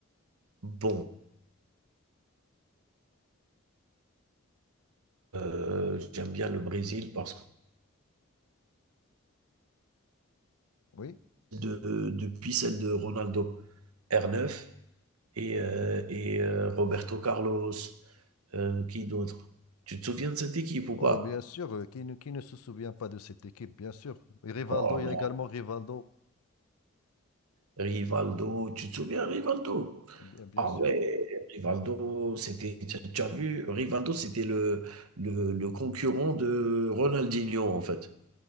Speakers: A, on the right; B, on the left.
A: Bon, euh, j'aime bien le Brésil parce
B: Oui,
A: que de- depuis celle de Ronaldo, R9 et, euh, et, euh, Roberto Carlos, euh, qui d'autre? Tu te souviens de cette équipe ou
B: Oh,
A: pas?
B: bien sûr, euh, qui ne, qui ne se souvient pas de cette équipe, bien sûr. Et Rivaldo,
A: Oh
B: il y a également Rivaldo,
A: là, Rivaldo, tu te souviens Rivaldo?
B: bien, bien
A: Ah
B: sûr.
A: ouais, Rivaldo, c'était, tu tu as vu, Rivaldo, c'était le, le, le concurrent de Ronaldinho, en fait.